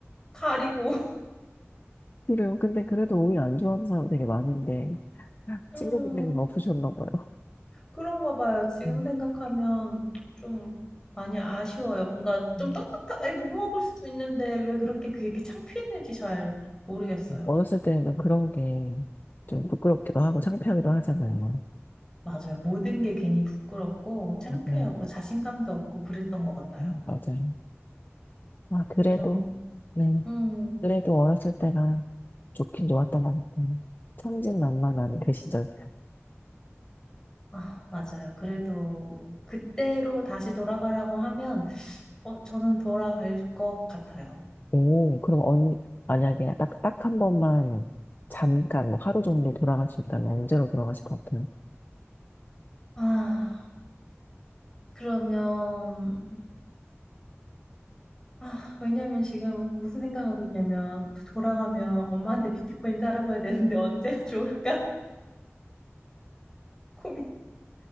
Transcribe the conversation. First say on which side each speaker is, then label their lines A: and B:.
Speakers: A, on the left; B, on the left.
A: 가리고.
B: 그래요. 근데 그래도 오이 안 좋아하는 사람 되게 많은데,
A: <laughs>
B: 친구분들은
A: 음,
B: 없으셨나 봐요.
A: 그런가 봐요. 지금
B: 음,
A: 생각하면 좀 많이 아쉬워요. 뭔가 좀
B: 음.
A: 떳떳하게 못 먹을 수도 있는데 왜 그렇게 그게 이렇게 창피했는지 잘 모르겠어요.
B: 어렸을 때는 그런 게 좀 부끄럽기도 하고 창피하기도 하잖아요.
A: 맞아요. 모든 게 괜히 부끄럽고 창피하고
B: 네, 맞아요.
A: 자신감도 없고 그랬던 것 같아요.
B: 음, 맞아요. 아, 그래도,
A: 이게 좀,
B: 네.
A: 음,
B: 그래도 어렸을 때가 좋긴 좋았던 것 같아요. 천진난만한 그 시절.
A: 아, 맞아요. 그래도 그때로 다시 돌아가라고 하면 어, 저는 돌아갈 것 같아요.
B: 오, 그럼 언, 만약에 딱, 딱 한 번만 잠깐, 뭐 하루 정도 돌아갈 수 있다면 언제로 돌아가실 것 같아요?
A: 아, 그러면 아, 왜냐면 지금 무슨 생각하고 있냐면 그 돌아가면 엄마한테 비트코인 사라고 해야 되는데 언제 좋을까? <laughs> 고민.